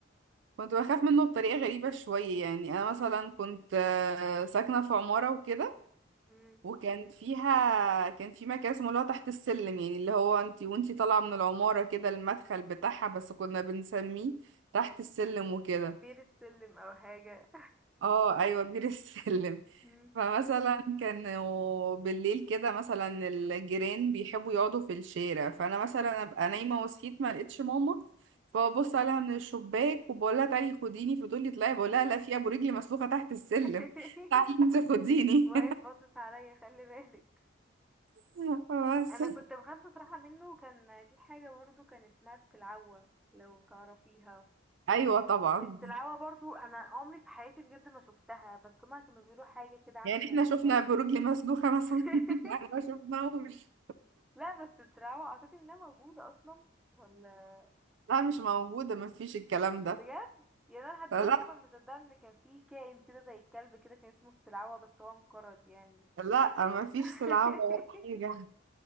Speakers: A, on the right; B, in the centre.
A: كنت بخاف منه بطريقة غريبة شوية يعني أنا مثلا كنت آه، ساكنة في عمارة وكده
B: مم،
A: وكان فيها كان في مكان اسمه اللي هو تحت السلم يعني اللي هو انتي وانتي طالعة من العمارة كده المدخل بتاعها بس كنا بنسميه تحت السلم وكده
B: بير السلم او حاجة
A: اه ايوه بير السلم
B: <laughs> مم.
A: <laughs> فمثلا كانوا بالليل كده مثلا الجيران بيحبوا يقعدوا في الشارع فانا مثلا ابقى نايمه وصحيت ما لقيتش ماما فببص عليها من الشباك وبقول لها تعالي خديني فتقول لي اطلعي بقول لها لا في ابو رجلي مسلوخه تحت السلم
B: <laughs>
A: <laughs> تعالي انت خديني
B: واقف باصص عليا خلي بالك
A: <laughs> بس
B: انا كنت بخاف بصراحه منه كان في حاجه برضو كان اسمها السلعوه لو تعرفيها
A: ايوه طبعا
B: السلعوه برضو انا عمري في حياتي بجد ما شفتها بس هما كانوا بيقولوا حاجه كده عامله
A: يعني احنا
B: زي الكلب
A: شفنا ابو رجلي مسلوخه مثلا
B: <laughs>
A: <laughs> احنا ما شفناهوش
B: لا بس السلعوه اعتقد انها موجوده اصلا ولا
A: لا مش موجوده ما فيش الكلام ده
B: بجد يعني انا لحد
A: فلا
B: دلوقتي اصلا مصدقه ان كان في كائن كده زي الكلب كده كان اسمه السلعوه بس هو انقرض يعني
A: لا ما فيش
B: <laughs>
A: سلعه ولا حاجه